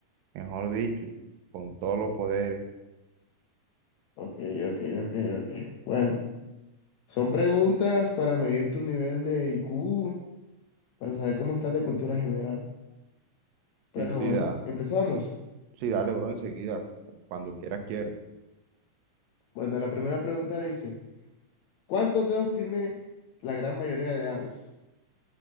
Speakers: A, on the right; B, on the left.
A: mejor dicho, con todos los poderes.
B: Ok, ok, ok, ok. Bueno, son preguntas para medir tu nivel de IQ, para saber cómo estás de cultura general. Pero
A: Sí, sí,
B: bueno,
A: da,
B: empezamos.
A: sí, dale, bro, enseguida, cuando quieras quiero.
B: Bueno, la primera pregunta dice, ¿cuántos dedos tiene la gran mayoría de aves?